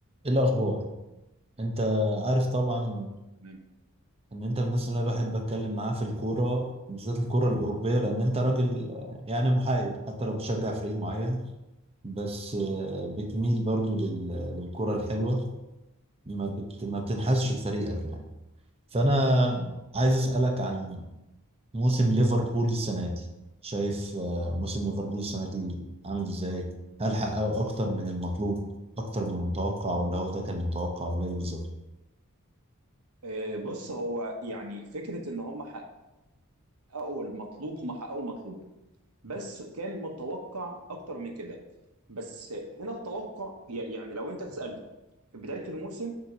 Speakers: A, on the right (about 25°); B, on the right (about 80°).
A: ايه الاخبار انت عارف طبعا
B: تمام
A: ان انت من الناس اللي انا بحب اتكلم معاها في الكوره بالذات الكوره الاوروبيه لان انت راجل آه، يعني محايد حتى لو بتشجع فريق معين بس آه، بتميل برضو لل- للكوره الحلوه ما بت ما بتنحازش لفريقك يعني فانا عايز اسالك عن موسم ليفربول السنه دي شايف آه، موسم ليفربول السنه دي عامل ازاي هل حققوا اكتر من المطلوب اكتر من المتوقع ولا هو ده كان متوقع ولا ايه بالظبط
B: آه، بص هو يعني فكرة ان هم حققوا المطلوب هم حققوا المطلوب بس كان متوقع اكتر من كده بس هنا التوقع ي- يعني لو انت تسألني في بداية الموسم